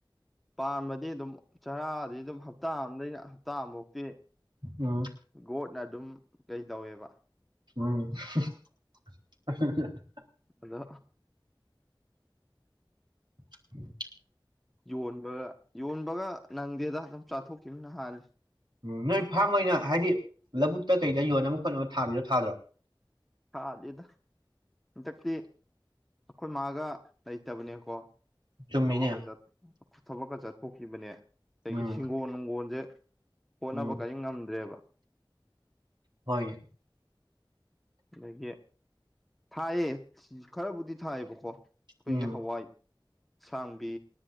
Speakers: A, in the centre; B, on the right.
A: ꯄꯥꯟꯕꯗꯤ ꯑꯗꯨꯝ ꯆꯔꯥꯗꯤ ꯑꯗꯨꯝ ꯍꯞꯇꯥ ꯗꯩꯅ ꯍꯞꯇꯥ ꯑꯝꯕꯣ ꯇꯦ
B: ꯎꯝ
A: ꯒꯣꯠ ꯅ ꯑꯗꯨꯝ ꯀꯩ ꯇꯧꯋꯦꯕ
B: ꯎꯝ ꯍꯨꯝ <unintelligible>
A: ꯑꯗꯣ
B: <inaudible>
A: ꯌꯣꯟꯕꯒ ꯌꯣꯟꯕꯒ ꯅꯪꯗꯦꯗ ꯑꯗꯨꯝ ꯆꯥꯊꯣꯛꯈꯤꯕꯅ ꯍꯥꯜꯂꯤ
B: ꯎꯝ ꯅꯣꯏ ꯐꯥꯔꯝ ꯑꯣꯏꯅ ꯍꯥꯏꯗꯤ ꯂꯧꯕꯨꯛꯇ ꯀꯩꯗ ꯌꯣꯟꯅꯕ ꯈꯣꯠꯅꯕ ꯊꯥꯕꯤꯗꯣ ꯊꯥꯗ꯭ꯔꯣ
A: ꯊꯥꯗꯦꯗ ꯍꯟꯗꯛꯇꯤ ꯑꯩꯈꯣꯏ ꯃꯥꯒ ꯂꯩꯇꯕꯅꯦꯀꯣ
B: ꯆꯨꯝꯃꯤꯅꯦ
A: ꯊꯕꯛꯀ ꯆꯠ ꯊꯕꯛꯀ ꯆꯠ ꯊꯣꯛꯈꯤꯕꯅꯦ ꯑꯗꯒꯤ
B: ꯎꯝ
A: ꯍꯤꯡꯒꯣꯟ ꯅꯨꯡꯒꯣꯟꯁꯦ ꯍꯣꯠꯅꯕ
B: ꯎꯝ
A: ꯀꯔꯤ ꯉꯝꯗ꯭ꯔꯦꯕ
B: ꯍꯣꯏ
A: ꯑꯗꯒꯤ ꯊꯥꯏꯌꯦ ꯈꯔꯕꯨꯗꯤ ꯊꯥꯏꯌꯦꯕꯀꯣ ꯍꯣꯏꯒꯦ
B: ꯎꯝ
A: ꯍꯋꯥꯏ ꯁꯥꯡꯕꯤ